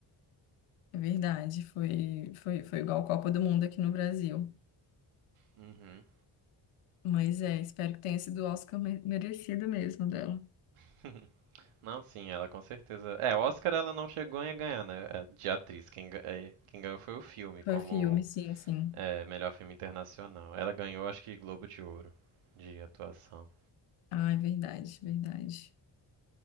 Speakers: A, on the left; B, on the right.
A: é verdade. Foi, foi, foi igual a Copa do Mundo aqui no Brasil.
B: Uhum.
A: Mas é, espero que tenha sido o Oscar me- merecido mesmo dela.
B: <laughs> Não, sim, ela com certeza. É, Oscar ela não chegou a ganhar, né? é, De atriz. Quem, ga- é, quem ganhou foi o filme, como
A: Foi filme, sim, sim.
B: é, melhor filme internacional. Ela ganhou, acho que Globo de Ouro de atuação.
A: Ah, é verdade, verdade.